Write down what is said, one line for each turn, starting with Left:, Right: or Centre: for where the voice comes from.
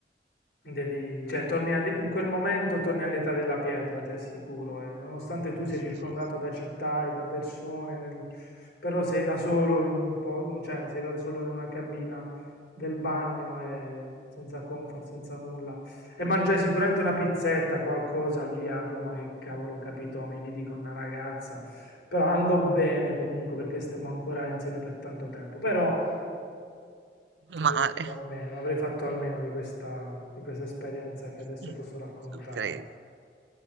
Left: Devi, cioè, torni alle- in quel momento torni all'età della pietra, ti assicuro. eh. Nonostante
Right: <laughs>
Left: tu sia circondato da città e da persone, nel- però sei da solo in un po', cioè, sei da solo in una cabina del bagno, eh, senza comfort, senza nulla. E mangiai sicuramente una pizzetta, qualcosa lì a Roma, che cavolo ho capito, mi vidi con una ragazza però andò bene comunque perché stemmo ancora insieme per tanto tempo, però
Right: Male.
Left: avrei fatto almeno, avrei fatto almeno di questa, di questa esperienza che adesso
Right: Mh.
Left: posso raccontare.
Right: Non credo.